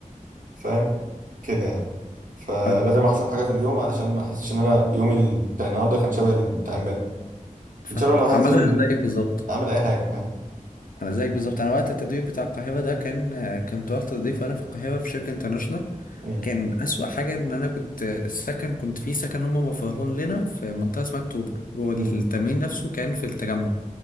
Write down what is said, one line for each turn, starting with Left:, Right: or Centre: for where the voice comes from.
Right: فاهم كده يعني فلازم
Left: فاهمك
Right: احسب حاجه في اليوم علشان ما احسش ان انا يومي بتاع النهارده كان شبه اللي بتاع امبارح
Left: فاهمك
Right: ان شاء الله لو هنزل
Left: عامة أنا زيك بالظبط
Right: اعمل اي حاجه فاهم
Left: أنا زيك بالظبط أنا وقت التدريب بتاع القاهرة ده كان كنت رحت تضيف أنا في القاهرة في شركة انترناشونال
Right: مم.
Left: كان أسوأ حاجة إن أنا كنت السكن كنت في سكن هم موفرهولنا لنا في منطقة اسمها أكتوبر والتمرين
Right: مم.
Left: نفسه كان في التجمع